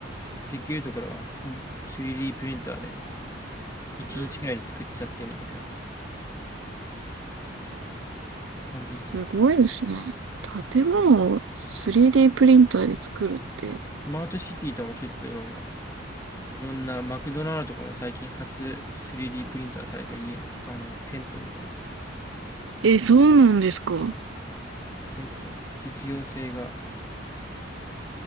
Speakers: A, on the left (about 15°); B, on the right (about 90°).
A: できるところは、うん 3D プリンターで1日くらいで作っちゃってみたいな
B: うん
A: 感じですよね。
B: すごいですね。建物を 3D プリンターで作るって。
A: スマートシティとかも結構今もいろんなマクドナルドとかも最近初 3D プリンターされた家、あの、店舗みたいな。
B: え、そうなんですか。
A: 結構実用性が、